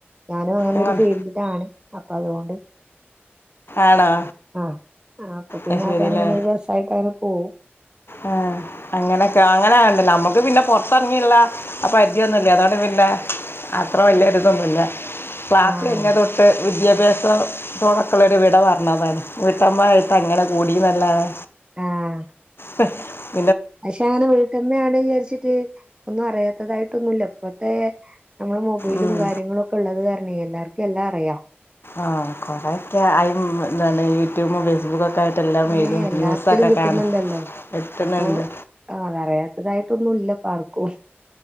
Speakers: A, on the right; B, on the left.
A: ഞാനും അങ്ങനൊരു
B: അങ്ങനെ
A: ഫീൽഡിലാണ് അപ്പൊ അതുകൊണ്ട്
B: ആണോ
A: ആഹ് ആ അപ്പൊ പിന്നെ
B: അത് ശരി
A: അതങ്ങനെ
B: അല്ലേ
A: ഒരു രസമായി കാരം പോ
B: ആ അങ്ങനൊക്കെആ അങ്ങനേണ്ട് നമ്മുക്ക് പിന്നെ പൊറത്തെറങ്ങീള്ള പരിചിയൊന്നുംല്ലേ അതോണ്ട് പിന്നെ അത്ര വല്യൊരിതൊന്നുല്ല ക്ലാസ്സ്
A: ആഹ്
B: കഴിഞ്ഞതൊട്ട് വീ വിദ്യാഭ്യാസ ത്തോടൊക്കെള്ളൊരു വിട പറഞ്ഞാതാണ് വീട്ടമ്മായിട്ട് അങ്ങനെ കൂടിയതല്ലാതെ
A: ആഹ്
B: പ്
A: അഷേഅത് വീട്ടമ്മയാണ്ന്ന് വിചാരിച്ചിട്ട് ഒന്നും അറിയാത്തതായിട്ടൊന്നൂല്ല ഇപ്പത്തെ നമ്മള് മൊബൈലും
B: ഉം,
A: കാര്യങ്ങളുഒക്കെ ഒള്ളത് കാരണേ എല്ലാര് ക്കെല്ലാ അറിയാം
B: ആഹ് കൊറേക്കെ ആയ് ഉംമ് ന്താണ് യൂട്യൂബും ഫേസ്ബുക്കൊക്കെ ആയിട്ട് എല്ലാം വരും
A: ഏ എല്ലാത്തിലും
B: ന്യൂസൊക്കെ
A: കിട്ടുന്നുണ്ടല്ലോ
B: കാണും എത്തുന്നുണ്ട്
A: അപ്പൊ അതറിയാത്തതായിട്ടൊന്നൂല്ല പാർക്കോയ്